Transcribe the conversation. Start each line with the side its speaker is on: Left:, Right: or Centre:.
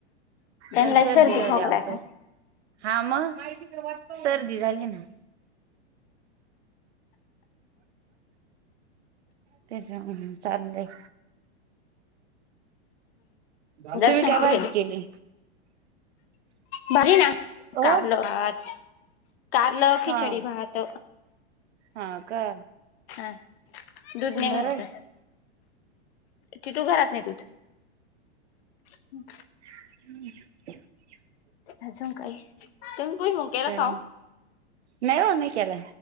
Left: त्यांना
Right: काल सर्दी झाली
Left: खोकला
Right: अवकाश
Left: आहे का
Right: हा मग सर्दी झाली ना तेच चाललंय. तुम्ही
Left: दर्शन
Right: काय
Left: कुठे
Right: भाजी
Left: गेले
Right: केली.
Left: भरी ना
Right: हो
Left: काढलो आात कारले खिचडी
Right: हा
Left: भात.
Right: हा का.
Left: हा दूध ने
Right: बरं
Left: घरात.
Right: आहे
Left: टीटू घरात ने दूध. हम्.
Right: हम्म.
Left: अजून काही? तुम्ही भुईमूग केेला
Right: काय
Left: का?
Right: नाही ओ नाही केला.